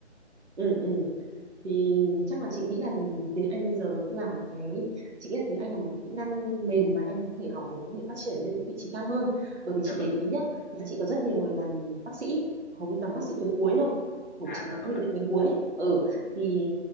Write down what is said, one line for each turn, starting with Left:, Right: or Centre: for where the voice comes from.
Right: ừ, ừ. thì chắc là chị nghĩ là tiếng Anh bây giờ cũng là một cái chị nghĩ là tiếng Anh là một kỹ năng mềm mà em có thể học để có thể phát triển lên những vị trí cao hơn bởi vì
Left: Dạ
Right: chị
Left: vâng
Right: để ý
Left: ạ.
Right: nhá nhà chị có rất nhiều người làm bác sĩ hầu như toàn bác sĩ tuyến cuối thôi của
Left: à
Right: chị,
Left: dạ vâng
Right: bệnh
Left: ạ
Right: viện tuyến cuối ấy. ừ thì